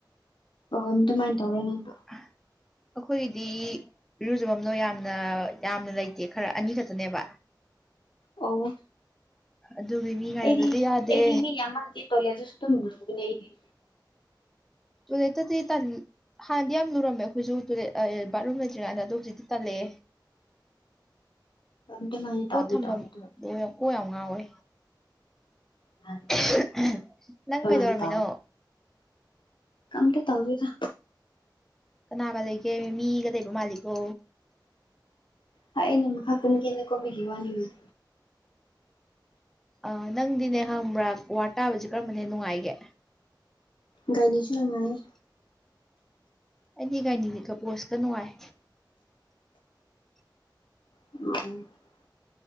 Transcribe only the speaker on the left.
ꯑꯣꯍꯣꯝ ꯗꯨꯃꯥꯏꯟ ꯇꯧꯔꯣ ꯅꯪꯕ
ꯑꯧꯋꯣ
ꯑꯩꯗꯤ
ꯑꯩꯗꯤ ꯃꯤ ꯌꯥꯝꯃꯜꯗꯤ ꯇꯣꯏꯂꯦꯁꯨ ꯗꯨꯝ ꯂꯨꯕꯅꯦ ꯑꯩꯗꯤ
<unintelligible>
ꯇꯧꯕꯨ
ꯇꯧꯔꯥꯗꯨ
ꯅꯍꯥꯟ
ꯑꯗꯨꯃꯥꯏꯅ
ꯀꯝꯇꯥ ꯇꯧꯗꯦꯗ
ꯍꯥꯏꯅ ꯃꯈꯥ ꯀꯨꯝꯒꯦꯅ ꯀꯨꯝꯕꯒꯤ ꯋꯥꯅꯤꯅꯦ
ꯒꯥꯏꯅꯤꯁꯨ ꯅꯨꯡꯉꯥꯏ
<unintelligible>